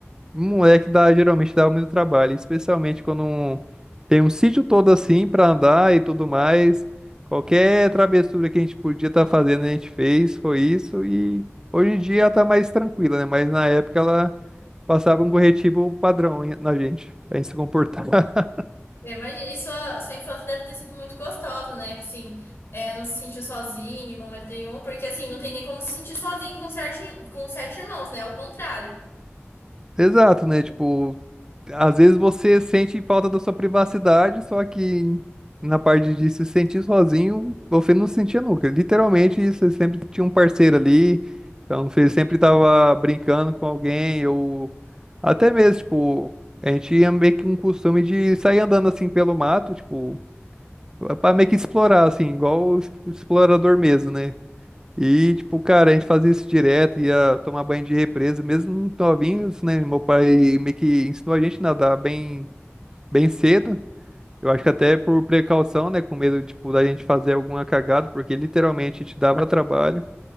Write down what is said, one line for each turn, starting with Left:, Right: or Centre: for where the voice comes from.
Right: Moleque dá, geralmente dá muito trabalho, especialmente quando um- tem um sítio todo assim pra andar e tudo mais. Qualquer travessura que a gente podia estar fazendo, a gente fez, foi isso. E hoje em dia ela tá mais tranquila, né? Mas na época ela passava um corretivo padrão em- na gente, pra gente se comportar. <laughs>
Left: Eu imagino. E sua, sua infância deve ter sido muito gostosa, né? Que sim, é, não se sentiu sozinho em momento nenhum, porque assim, não tem nem como se sentir sozinho com sete, com sete irmãos, né? Ao contrário.
Right: Exato, né? Tipo, Às vezes você sente falta da sua privacidade, só que na parte de se sentir sozinho, você não se sentia nunca. Literalmente, você sempre tinha um parceiro ali, então você sempre estava brincando com alguém, ou até mesmo, tipo, a gente tinha meio que um costume de sair andando assim pelo mato, tipo, para meio que explorar, assim, igual o es- explorador mesmo, né? E, tipo, cara, a gente fazia isso direto, ia tomar banho de represa, mesmo novinhos, né? Meu pai meio que ensinou a gente a nadar bem bem cedo. Eu acho que até por precaução, né? Com medo, tipo, da gente fazer alguma cagada, porque literalmente a gente dava trabalho.